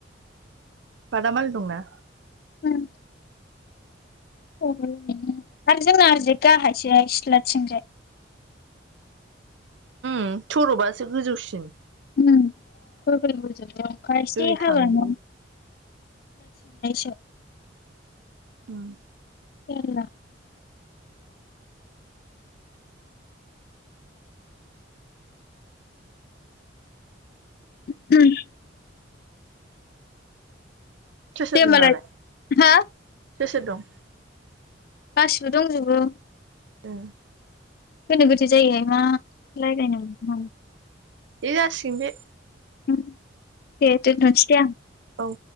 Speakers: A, on the right (about 70°); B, on the left (about 50°).
A: बादामल दंंना
B: उम अ आरोरजारज हाय इसलथिग
A: ओ सरबासो गोजौसिन
B: उम <unintelligible> अखा एसे
A: दै
B: हाब
A: थांजोबो
B: नो <unintelligible>
A: उम
B: <unintelligible> <unintelligible>
A: सोर सोर
B: दे होमबालाय
A: दं दालाय
B: हा
A: सोर सोर दं?
B: गासिबो दंजोबो।
A: औ।
B: गोनो गोथो जायोहाय मा। लायरायनो मा
A: ए सि बेे
B: उम दे दोन्थ'सै दे आं।
A: औ